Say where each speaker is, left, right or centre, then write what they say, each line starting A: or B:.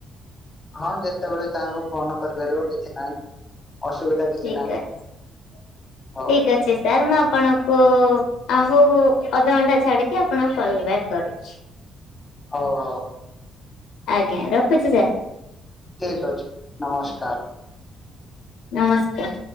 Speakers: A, on the left; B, on the left.
A: ହଁ ଯେତେବେଳେ ଚାହିଁବ ଫୋନ କରିପାରିବ କିଛି ନାହିଁ ଅସୁବିଧା କିଛି
B: ଠିକ
A: ନାହିଁ
B: ଅଛି
A: ହଉ
B: ଠିକ ଅଛି। ସାର୍ ମୁଁ ଆପଣଙ୍କୁ ଆଉ ଅଧଘଣ୍ଟା ଛାଡିକି ଆପଣଙ୍କୁ କଲ ବ୍ୟାକ୍ କରୁଛି। <inaudible>
A: ହଉ ହଉ
B: ଆଜ୍ଞା ରଖୁଛି ସାର୍
A: ଠିକ ଅଛି ନମସ୍କାର
B: ନମସ୍କାର।